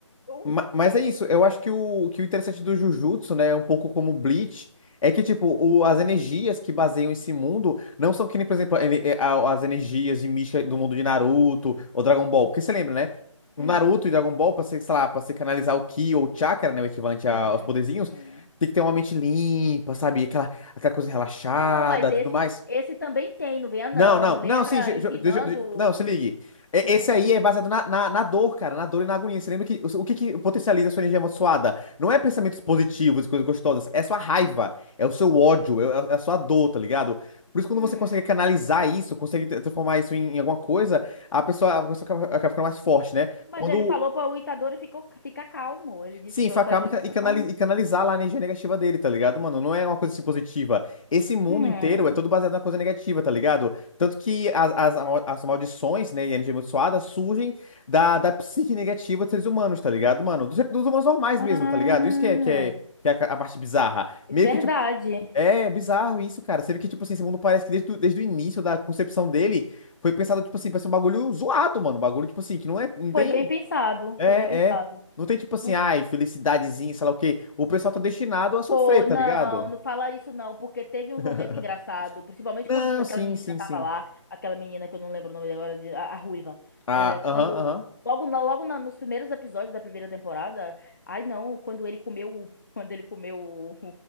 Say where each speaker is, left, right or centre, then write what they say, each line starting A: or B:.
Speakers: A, on the left (about 40°); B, on the left (about 80°).
A: Eu-
B: Ma- Mas
A: é,
B: é isso, eu acho que o, que o interessante do Jujutsu, né, é um pouco como o Bleach, é que, tipo, o- as energias que baseiam esse mundo não são que nem, por exemplo, ene- eh, a- as energias de mística do mundo de Naruto ou Dragon Ball, porque você lembra, né? O
A: hum,
B: Naruto e Dragon Ball, pra você, sei lá, pra você canalizar o Ki ou o Chakra, né, o equivalente
A: uhum,
B: a- aos poderzinhos,
A: uhum.
B: tem que ter uma mente limpa, sabe? Aquela, aquela coisa relaxada,
A: Não, mas esse,
B: tudo mais.
A: esse também tem, não venha não.
B: Não, não,
A: Lembra
B: não, sim, deixa,
A: ensinando.
B: deixa- deixa- eu- deixa- eu- não, se ligue. É-
A: Hum,
B: Esse aí é baseado na, na, na dor, cara, na dor e na agonia. Você lembra que o o que, que potencializa a sua energia amaldiçoada? Não é pensamentos positivos e coisas gostosas, é sua raiva, é o seu ódio, é, é é a sua dor, tá ligado? Por isso, quando
A: hum.
B: você consegue canalizar isso, consegue tra- transformar isso em, em alguma coisa, a pessoa, a pessoa acaba, acaba ficando mais forte, né?
A: Mas
B: Quando
A: ele falou para o Itadori ficou, ficar calmo. Ele disse
B: Sim,
A: que
B: enfacar
A: para o Itadori
B: e cana-
A: ficar
B: e canali-
A: calmo.
B: e canalizar lá a energia negativa dele, tá ligado, mano? Não é uma coisa assim, positiva. Esse mundo
A: Hum.
B: inteiro é todo baseado na coisa negativa, tá ligado? Tanto que as, as, amal- as maldições, né, e a energia amaldiçoada surgem da, da psique negativa dos seres humanos, tá ligado, mano? Dos, ser- dos humanos normais
A: Ah,
B: mesmo, tá ligado? Isso que é, que é, que é a, ca- a parte bizarra. Meio
A: verdade.
B: que, tipo, é bizarro isso, cara. Você vê que, tipo assim, esse mundo parece que desde, o- desde o início da concepção dele foi pensado, tipo assim, pra ser um bagulho zoado, mano. Um bagulho, tipo assim, que não é, não
A: Foi
B: tem.
A: bem pensado.
B: É,
A: Foi bem pensado.
B: é. Não tem tipo assim,
A: Não
B: ai, felicidadezinha, sei lá o quê. O pessoal tá destinado a sofrer,
A: Pô,
B: tá
A: não,
B: ligado?
A: não fala isso não, porque teve uns
B: <laughs>
A: momentos engraçados, principalmente
B: Não,
A: quando tinha aquela
B: sim,
A: menina
B: sim,
A: tava
B: sim.
A: lá, aquela menina que eu não lembro o nome dela agora, de- a, a Ruiva.
B: Ah,
A: É, quando
B: aham, aham.
A: logo na- logo na- nos primeiros episódios da primeira temporada, ai não, quando ele comeu, o- <laughs> quando ele comeu o,